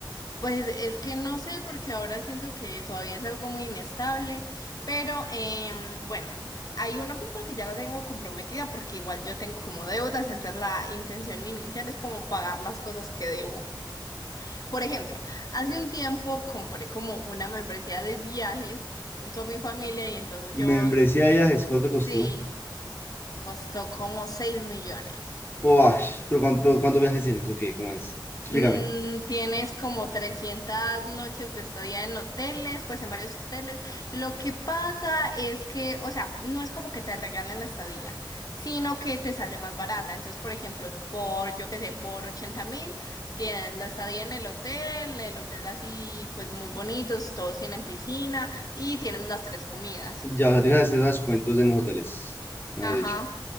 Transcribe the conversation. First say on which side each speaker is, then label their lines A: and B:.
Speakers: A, on the left; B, on the left.
A: Pues es que no sé, porque ahora siento que todavía es algo muy inestable, pero em, bueno, hay una plata que ya la tengo comprometida porque igual yo tengo como deudas, entonces la intención inicial es como pagar las cosas que debo. Por ejemplo, hace un tiempo compré como una membresía de viajes junto a mi familia y entonces
B: Membresía
A: yo
B: de viajes, ¿cuánto te costó?
A: Sí, costó como 6 millones.
B: Oh, ay, pero ¿cuánto, cuántos viajes tienes? Ok, ¿cómo es? Explícame.
A: Mm, tienes como 300 noches de estadía en hoteles, pues en varios hoteles. Lo que pasa es que, o sea, no es como que te regalen la estadía, sino que te sale más barata. Entonces, por ejemplo, por, yo qué sé, por ochenta mil, tienes la estadía en el hotel, el hotel así, pues muy bonitos, todos tienen piscina y tienes las tres comidas.
B: Ya, o sea, tienes acceso a descuentos en los hoteles, me
A: Ajá,
B: lo he dicho.